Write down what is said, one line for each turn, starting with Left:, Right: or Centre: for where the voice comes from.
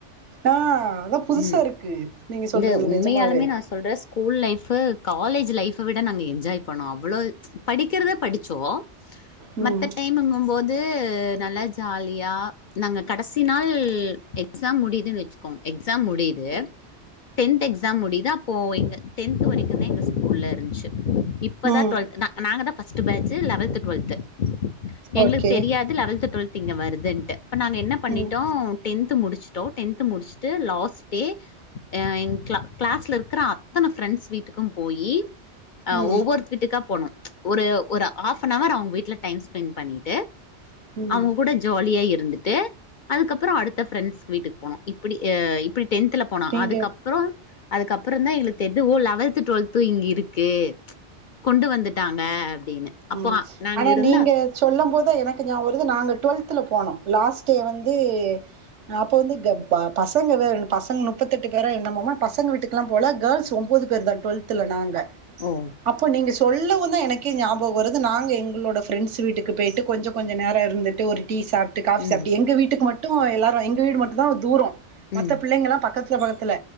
Right: ஆ அதா புதுசா
Left: ம்
Right: இருக்கு நீங்க சொல்றது
Left: இல்ல உண்மையாலுமே
Right: நெஜமாவே
Left: நா சொல்றே ஸ்கூல் லைஃபு காலேஜு லைஃப் ப்ப விட நாங்க என்ஜாய் பண்ணோ அவ்வளோ படிக்கிறத படிச்சோ
Right: ம்
Left: மத்த டைமுங்கும்போது நல்லா ஜாலியா நாங்க கடசி நாள் எக்ஸாம் முடியுதுன் வச்சுக்கோங் எக்ஸாம் முடியு து டென்த் எக்ஸாம் முடியுது அப்போ எங்க டென்த் வரைக்குந்தா எங்க ஸ்கூல்ல இருந்ச்சு இப்பதா
Right: ம்
Left: டுவெல்த் நா நாங்க தா ஃபஸ்ட்டு பேஜ்ஜு லவல்த்து டுவெல்த்து எங்களுக்கு
Right: ஓகே
Left: தெரியாது லவல்த்து டுவெல்த்து இங்க வருதுன்ட்டு இப்ப நாங்க என்ன பண்ணிட்டோ
Right: ம்
Left: டென்த்து முடிச் சுட்டோ டென்த்து முடிச்சுட்டு லாஸ்ட் டே அ எங் கிளா கிளாஸ்ல இருக்கிற அத்தன ஃப்ரெண்ட்ஸ் வீட்டுக்கு போயி் அ
Right: ம்
Left: ஒவ்வொரு வீட்டுக்கா போனு ஒரு ஒரு ஆஃப் அன் அவர் அவ்ங்க வீட்ல டைம் ஸ்பெண்ட் பண்ணிட்டு
Right: ம்
Left: அவ்ங்க கூட ஜாலியா இருந்துட்டு அதுக்கப்பற அடுத்த ஃப்ரெண்ட்ஸ் வீட்டுக்கு போனோ இப்டி எ இப்டி டென்த்ல போனோ
Right: நீங்க
Left: அதுக்கப்றோ அதுக்கப்பறந்தா எங்களுக்கு தெரிது ஓ லவல்த்து டுவெல்த்து இங்க இருக்கு கொண்டு வந்துட்டாங்க அப்டின்னு அப்போ
Right: ம்
Left: நாங்க
Right: ஆனா
Left: இருந்தா
Right: நீங்க சொல்லும் போதுதா எனக்கு நியா வருது நாங்க டுவெல்த்துல போனோ லாஸ்ட் டே வந்து அ அப்ப வந்து கப் ப பசங்க வேறங் பசங்க நுப்பத்தெட்டு பேரோ என்னமோ ஆனா பசங்க வீட்டுக்குலா போல கேர்ள்ஸு ஒம்போது பேரு தா டுவெல்த்துல நாங்க
Left: ஓ
Right: அப்போ நீங்க சொல்லவுந்தா எனக்கே ஞாப் பக வருது நாங்க எங்ளோட ஃப்ரெண்ட்ஸ் வீட்டுக்கு போயிட்டு கொஞ்ச கொஞ்ச நேர இருந்துட்டு ஒரு டீ சாப்ட்டு காஃபி
Left: ம்
Right: சாப்ட்டு எங்க வீட்டுக்கு மட்டு எல்லாரு எங்க வீடு மட்டு தா தூரோ மத்த
Left: ம்
Right: பிள்ளைங்கெல்லா பக்கத்து ல பக்கத்துல